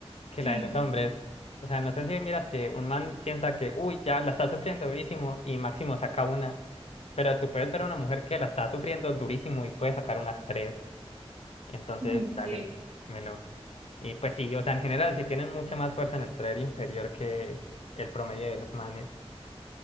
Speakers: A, on the left; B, on the right.
A: que
B: Sí.
A: la de los hombres. O sea, no sé si miras que un man piensa que, uy, ya la está sufriendo durísimo y máximo saca una, pero tú puedes ver a una mujer que la está sufriendo durísimo y puede sacar unas tres. Entonces,
B: <laughs>
A: dale,
B: Sí.
A: melo. Y pues sí, o sea, en general, sí tienen mucha más fuerza en el tren inferior que el promedio de los manes.